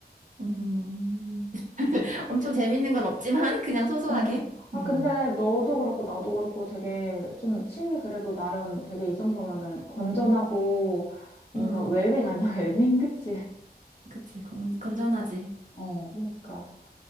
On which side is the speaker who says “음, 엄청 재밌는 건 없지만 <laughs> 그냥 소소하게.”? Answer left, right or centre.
Right